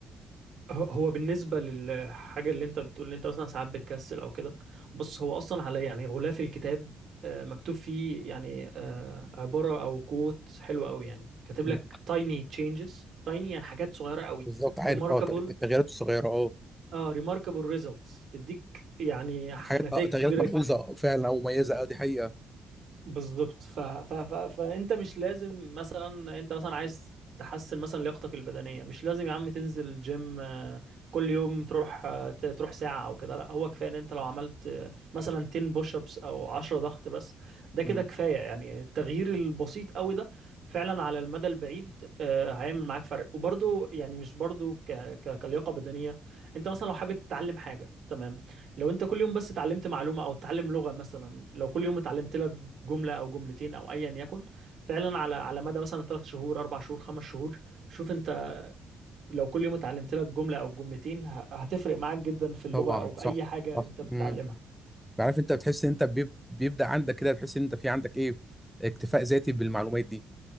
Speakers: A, on the right; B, in the centre.
A: هو هو بالنسبة للحاجة اللي انت بتقول ان انت مثلا ساعات بتكسل او كده بص هو اصلا على يعني غلاف الكتاب آه، مكتوب فيه يعني آه، عبارة او كوت حلوة قوي يعني كاتب
B: مم.
A: لك tiny changes tiny يعني حاجات صغيرة قوي
B: بالظبط عارف
A: remarkable
B: اه التغ- التغييرات الصغيره اه
A: اه remarkable results تديك يعني
B: حاجات
A: نتائج
B: اه تغييرات
A: كبيرة
B: ملحوظه آه، فعلا او مميزه اه دي حقيقه
A: بالظبط ف... ف... ف... فانت مش لازم مثلا انت مثلا عايز تحسن مثلا لياقتك البدنيه مش لازم يا عم تنزل جيم آه، كل يوم تروح آه، ت- تروح ساعه او كده لا هو كفايه ان انت لو عملت آه، مثلا 10 بوش ابس او 10 ضغط بس ده كده
B: مم.
A: كفايه يعني التغيير البسيط قوي ده فعلا على المدى البعيد آه، هيعمل معاك فرق وبرده يعني مش برده ك... ك... كلياقه بدنيه انت مثلا لو حابب تتعلم حاجه تمام لو انت كل يوم بس اتعلمت معلومة او اتعلم لغة مثلا لو كل يوم اتعلمت لك جملة او جملتين او ايا يكن فعلا على على مدى مثلا ثلاث شهور اربع شهور خمس شهور شوف انت لو كل يوم اتعلمت لك جملة او جملتين ه- هتفرق معاك جدا في اللغة
B: طبعا
A: او في
B: صح
A: اي حاجة
B: صح
A: انت بتتعلمها
B: مم. عارف انت بتحس ان انت بيب- بيبدا عندك كده تحس ان انت في عندك ايه اكتفاء ذاتي بالمعلومات دي